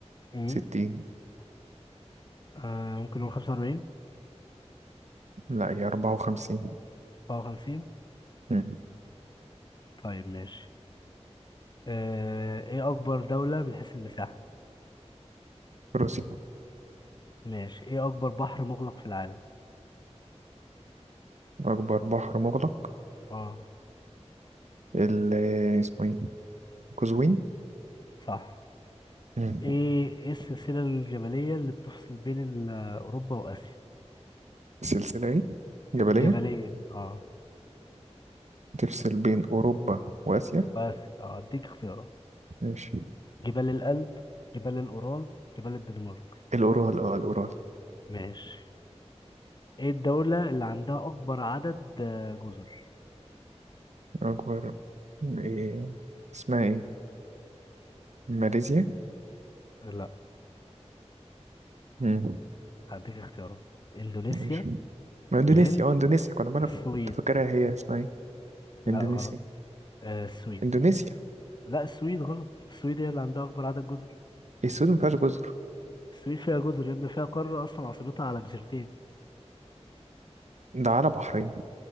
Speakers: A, on the left; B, on the right.
A: مم،
B: ستين
A: آه ممكن نقول 45
B: لا هي أربعة وخمسين
A: 54
B: امم
A: طيب ماشي آه، ايه اكبر دولة من حيث المساحة
B: روسيا
A: ماشي ايه اكبر بحر مغلق في العالم
B: أكبر بحر مغلق
A: اه
B: ال آه، اسمه إيه؟ قزوين
A: صح
B: مم.
A: ايه ايه السلسلة الجبلية اللي بتفصل بين ال- اوروبا واسيا
B: سلسلة إيه؟ جبلية
A: الجبلية اه
B: تفصل بين أوروبا وآسيا
A: بس اه اديك اختيارات
B: ماشي
A: جبال الألب جبال الأورال جبال الدنمارك
B: الأورال اه الأورال
A: ماشي ايه الدولة اللي عندها اكبر عدد آه، جزر
B: أكبر إيه اسمها إيه؟ ماليزيا؟
A: لا
B: مم.
A: هديك اختيارات اندونيسيا
B: ماشي ما إندونيسيا
A: الهند
B: أه إندونيسيا كنت عمال
A: السويد
B: كنت فاكرها هي اسمها إيه؟
A: لا
B: إندونيسيا
A: غلط آه السويد
B: إندونيسيا
A: لا السويد غلط السويد هي اللي عندها اكبر عدد جزر
B: السود مفيهاش جزر
A: السويد فيها جزر يا ابني فيها قارة اصلا عاصمتها على جزيرتين
B: ده على بحرين